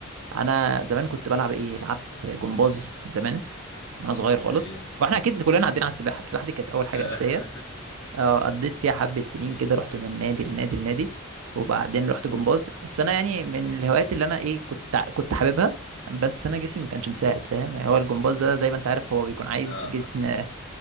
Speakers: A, on the right; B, on the left.
A: انا زمان كنت بلعب ايه لعبت جمباز زمان وانا صغير
B: جميل
A: خالص واحنا اكيد كلنا عدينا على السباحه السباحه دي كانت اول حاجه
B: آه
A: اساسيه
B: <laughs>
A: اه قضيت فيها حبة سنين كده رحت من نادي لنادي لنادي وبعدين رحت جمباز بس انا يعني من الهوايات اللي انا ايه كنت ع- كنت حاببها بس انا جسمي ما كانش مساعد فاهم هو الجمباز ده زي ما انت عارف هو بيكون عايز
B: آه
A: جسم آه،